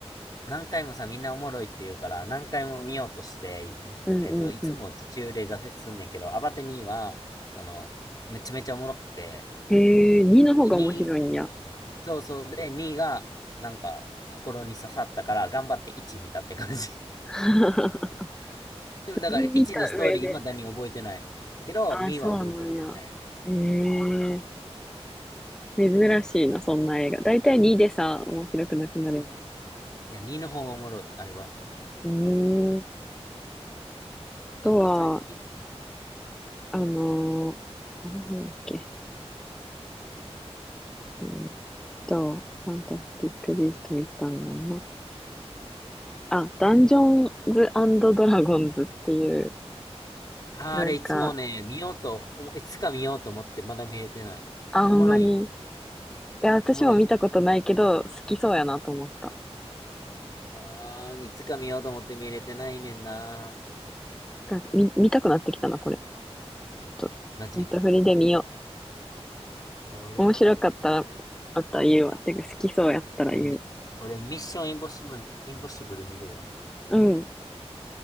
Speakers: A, on the left; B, in the centre.
A: 何回もさ、みんなおもろいって言うから、何回も見ようとして、
B: うん、
A: えっと、いつも途中で挫折すんねんけど、
B: うん。
A: アバター2は、その、めちゃめちゃおもろくて、
B: えー、2の方が面白いんや。
A: 2、そうそうで、2が、なんか、心に刺さったから、頑張って1見たって感じ。
B: <laughs>
A: <laughs>
B: 2見た上で。
A: でも、だから1のストーリー、未だに覚えてない。けど、
B: あー、
A: 2は覚えてるみたいな。
B: そうなんや。えー、珍しいな、そんな映画。だいたい2でさ、面白くなくなるやん。
A: いや、2の方がおもろい、あれは。
B: うーん、あ
A: なんか最近、
B: とは、あのーあれなんだっけ。えーっと、ファンタスティック・ビースト見たんやんな。あ、ダンジョンズドラゴンズっていう、
A: あー、
B: なんか、
A: あれ、いつもね、見ようと、おもいつか見ようと思って、まだ見れてない。
B: あんまり
A: おもろい。
B: いや、私も見たことないけど、
A: おもろい。
B: 好きそうやなと思った。
A: あー、いつか見ようと思って見れてないねんな。
B: が見、見たくなってきたな、これ。ちょっと、
A: マジ
B: ネットフリで見よ
A: えー俺もなんか、
B: う。面白かったら、あったら言うわ。てか、好きそうやったら言う。
A: あれ俺、ミッションインポッシブル、インポッシブル見るわ。
B: うん。